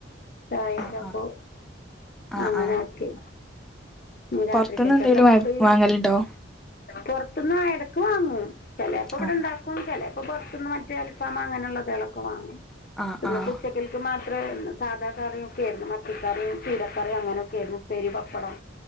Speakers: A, on the left; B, in the centre.
A: ചായച്ക്കാപ്പോ
B: ആഹ് ആഹ് ആഹ്
A: അങ്ങനെ
B: ആഹ്
A: ആക്കി ഇനി രാത്രികൊക്കെ
B: പൊറത്ത്ന്ന് എന്തേലും
A: എന്താ ഫുഡ്
B: വാങ്ങലുണ്ടോ
A: പുറത്തുന്ന് പോയി എടക്ക് വാങ്ങും ചെലപ്പോ ഇവിടെ
B: ആഹ്
A: ഇണ്ടാക്കും ചെല പ്പം പുറത്തുന്ന് മറ്റേ അൽഫാമ് അങ്ങനെയുള്ളത് എളക്ക് വാങ്ങും
B: ആഹ്
A: പ്പ ഇന്ന്
B: ആഹ്
A: ഇപ്പം ഉച്ചക്കൾക്ക് മാ ത്രേ ഒന്ന് സാധാ കറി ഒക്കെ ആരുന്നു മത്തിക്കറിയും ചീരകറിയും അങ്ങനെയൊക്കെ ആരുന്നു ഉപ്പേരി പപ്പടം